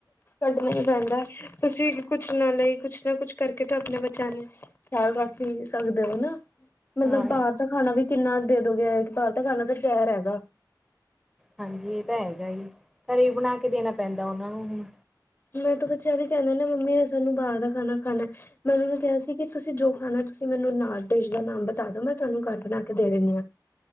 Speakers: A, on the left; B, in the centre.
A: ਕੱਢਣਾ ਈ ਪੈਂਦਾ ਤੁਸੀਂ ਕੁੱਛ ਨਾ ਲਈ ਕੁੱਛ ਨਾ ਕੁੱਛ ਕਰਕੇ ਤਾਂ ਆਪਣੇ ਬੱਚਿਆਂ ਨੂੰ। ਖਿਆਲ ਰੱਖ ਈ ਸਕ ਦਿਓ ਨਾ। ਮਤਲਬ
B: ਹਾਂ
A: ਬਾਰ ਦਾ ਖਾਣਾ ਵੀ ਕਿੰਨਾ ਦੇ ਦੋਗੇ ਬਾਰ ਦਾ ਖਾਣਾ ਤਾਂ ਜਹਿਰ ਹੈਗਾ।
B: ਹਾਂਜੀ ਇ ਤਾਂ ਹੈਗਾ ਈ ਘਰੇ ਈ ਬਣਾ ਕੇ ਦੇਣਾ ਪੈਂਦਾ ਓਨਾਂ ਨੂੰ ਹੁਣ।
A: ਮੇਰੇ ਵ ਤਾਂ ਬੱਚੇ ਐਵੀ ਕੈਂਦੇ ਨੇ ਮੰਮੀ ਅ ਸਾਨੂੰ ਬਾਰ ਦਾ ਖਾਣਾ ਖਾਨਾ। ਮੈਂ ਓਹਨਾ ਨੂੰ ਕਿਹਾ ਸੀ ਕਿ ਤੁਸੀਂ ਜੋ ਖਾਣਾ ਤੁਸੀਂ ਮੈਨੂੰ ਨਾ ਡਿਸ਼ ਦਾ ਨਾਮ ਬਤਾ ਦੋ ਮੈਂ ਤੁਹਾਨੂੰ ਘਰ ਬਣਾ ਕੇ ਦੇ ਦਿੰਦੀ ਆ। <inaudible>